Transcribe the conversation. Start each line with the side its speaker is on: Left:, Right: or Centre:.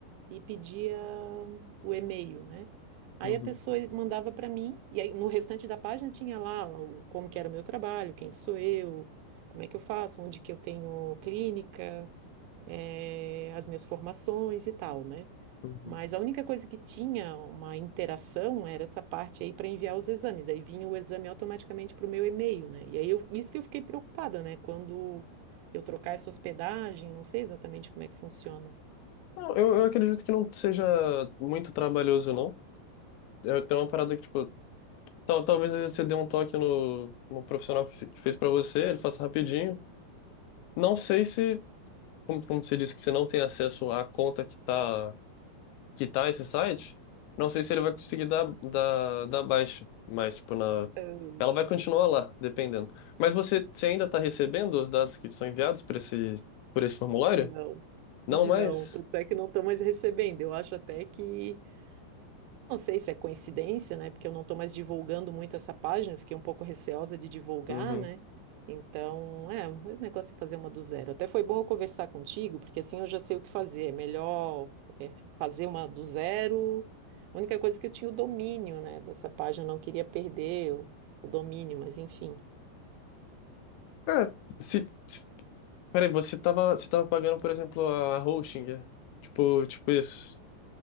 Right: e pedia o e-mail, né? Aí
Left: Uhum,
Right: a pessoa mandava para mim, e aí no restante da página tinha lá o, como que era o meu trabalho, quem que sou eu, como é que eu faço, onde que eu tenho clínica, eh, as minhas formações e tal, né?
Left: uhum.
Right: Mas a única coisa que tinha uma interação era essa parte aí para enviar os exames. Daí vinha o exame automaticamente para o meu e-mail, né? E aí eu, isso que eu fiquei preocupada, né? Quando eu trocar essa hospedagem, não sei exatamente como é que funciona.
Left: Não, eu, eu acredito que não seja muito trabalhoso, não. Eu tenho uma parada que, tipo, Tal, talvez você dê um toque no, no profissional que fe- que fez para você, ele faça rapidinho. Não sei se, como, como você disse que você não tem acesso à conta que tá, que tá esse site, não sei se ele vai conseguir dar, dar, dar baixa, mas tipo, na,
Right: Não.
Left: ela vai continuar lá, dependendo. Mas você, você ainda está recebendo os dados que são enviados por esse, por esse formulário?
Right: Não,
Left: Não
Right: não,
Left: mais?
Right: tanto é que não estou mais recebendo. Eu acho até que, não sei se é coincidência, né? Porque eu não estou mais divulgando muito essa página, eu fiquei um pouco receosa de divulgar,
Left: Uhum.
Right: né? Então, é, o negócio é fazer uma do zero. Até foi bom eu conversar contigo, porque assim eu já sei o que fazer. É melhor é, fazer uma do zero. A única coisa é que eu tinha o domínio, né, dessa página, eu não queria perder o, o domínio, mas enfim.
Left: Cara, se, se- peraí, você tava, você tava pagando, por exemplo, a hosting, é? tipo, tipo isso,